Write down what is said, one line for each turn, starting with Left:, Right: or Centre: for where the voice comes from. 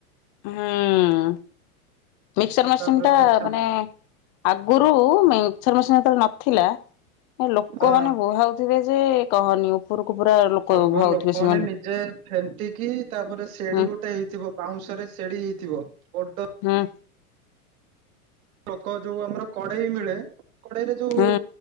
Left: ହୁଁ ମିକ୍ସର
Right: ଆଉ
Left: ମେସିନି
Right: ତାପରେ
Left: ଟା
Right: ପୁଣି ଛା
Left: ମାନେ ଆଗରୁ ମିକ୍ସଚର ମେସିନି ଯେତେବେଳେ ନଥିଲା ଲୋକମାନେ
Right: ହଁ
Left: ବୁହାଉ ଥିବେ ଯେ କହନି ଉ ଉପୁରକୁ ପୁରା ଲୋକ
Right: ହଁ ବା
Left: ବୁହାଉଥିବେ
Right: ଲୋକମାନେ
Left: ସେମାନେ
Right: ନିଜେ ଫେଣ୍ଟିକି ତାପରେ ସେଢ଼ି
Left: ହୁଁ
Right: ଗୋ ହେଇଥିବ ବାଉଁଶରେ ସେଡି ହେଇଥିବ ବଡ
Left: ହୁଁ।
Right: ଲୋକ ଯୋଉ ଆମର କଡେଇ ମିଳେ କଡେଇରେ ଯୋଉ
Left: ହୁଁ